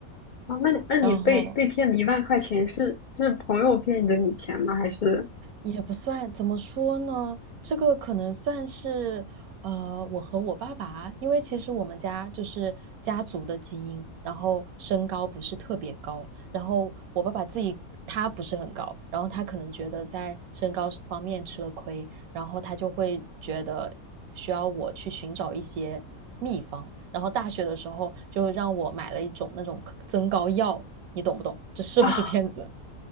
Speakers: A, on the left; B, on the right.
A: 啊！那那你被被骗了一万块钱，
B: 然后
A: 是是朋友骗你的你钱吗？还是
B: 也不算，怎么说呢？这个可能算是，呃，我和我爸爸，因为其实我们家就是家族的基因，然后身高不是特别高，然后我爸爸自己他不是很高，然后他可能觉得在身高方面吃了亏，然后他就会觉得需要我去寻找一些秘方，然后大学的时候就让我买了一种那种增高药，你懂不懂？这是不是骗子？
A: 啊